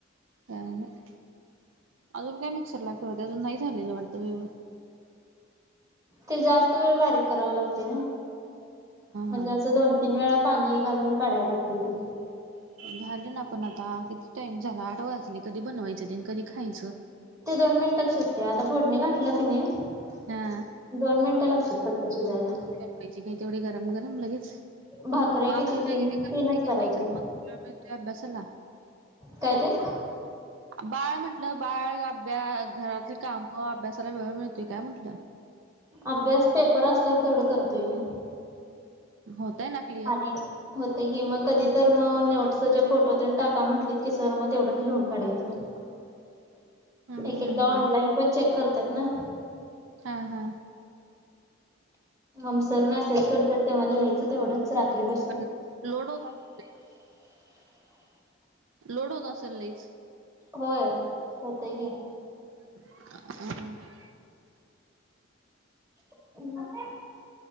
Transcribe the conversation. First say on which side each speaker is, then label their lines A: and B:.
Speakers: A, on the right (about 75°); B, on the right (about 15°).
A: <unintelligible> अजून काय मिक्सर दाखवते अजून नाही झालेलं वाटतं व्यव
B: ते जास्त वेळ बारीक करावे लागते ना म्हणजे
A: हां.
B: असं दोन तीन वेळा पाणी घालून काढाय लागत ते.
A: झालं ना पण आता किती टाइम झाला आठ वाजले कधी बनवायचं ते कधी खायचं.
B: ते दोन मिनिटच शसते आता फोडणी घाातलं की नाही
A: हा
B: दोन मिनटं लागतात फक्त शिजायला.
A: पाहायची काय तेवढी गरम गरम लगेच
B: भाकऱ्या
A: <unintelligible>
B: किती तीन तीनच करायचे
A: अभ्यासाला.
B: काय ते.
A: बाळ म्हटलं बाळ अभ्या घरातील काम अभ्यासाला वेळ मिळतोय काय म्हटलं.
B: अभ्यास पेपर असल्यावर तेवढं करतोय मी.
A: होतय ना. क्लिअर
B: आले. होतय की मग कधी तर म नोटसचे फोटो तेन टाका म्हंटलीत की सर मग तेवढंच लिहून काढायचं.
A: <inaudible>
B: एक एकदा
A: हम्म हम्म
B: ऑनलाइन पण चेक करतात ना.
A: हा हा.
B: मग सर मेसेज करतात तेव्हा लिहायचं तेवढंच रात्री बसून.
A: पण लोड होत असेल, लोड होत असल लईच.
B: होय, होतय की.
A: <unintelligible>
B: <unintelligible>